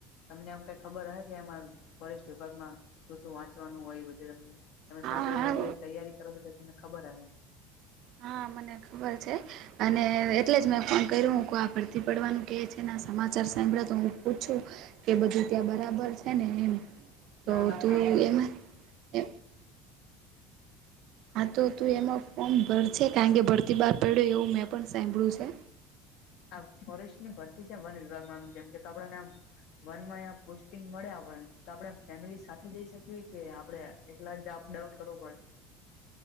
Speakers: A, on the left (about 60°); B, on the right (about 60°).
A: તમને આમ કઈ ખબર હહે કે આમાં ફોરેસ્ટ વિભાગમાં શું શું વાંચવાનું હોય એ બધું એમને તમે
B: હા
A: સરકારી
B: હા
A: નોકરીની તૈયારી કરો છો તો તમને ખબર હ હે.
B: હા મને ખબર છે, અને એટલે જ મેં ફોન કર્યો હું આપ ભરતી પડવાનું કે છે ના સમા <unintelligible> સાંભળા તો હું પૂછું કે બધું ત્યાં બરાબર છે ને એમ. તો
A: ના ના
B: તું એમાં એ હા તો તું એમાં ફોર્મ ભરજે કારણ કે ભરતી બહાર પડ્યો એવું મેં પણ સાંભળ્યું છે..
A: આ ફોરેસ્ટ ની ભરતી છે, વન વિભાગમાંમ જેમ કે આપણાને આમ વન માં પોસ્ટિંગ મળ્યા તો આપડે ફેમિલી સાથે જઈ શકીએ, કે આપડે એટલા જ અપડાઉન કરવુ પડે?